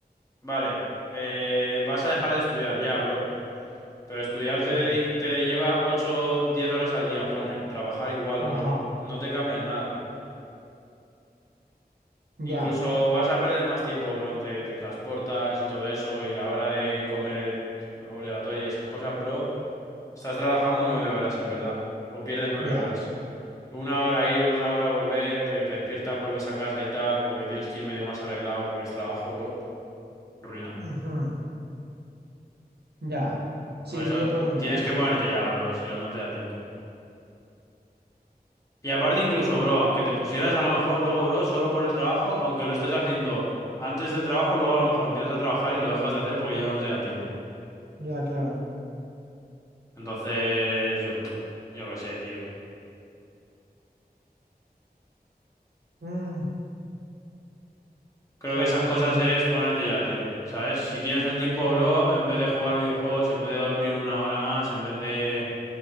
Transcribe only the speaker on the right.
sí.
Ajá,
ya,
ya,
ujú, ya. Sí,
pillo por dónde
vas.
Ya, claro.
Mm,
joder,
tío,
que...
Sí,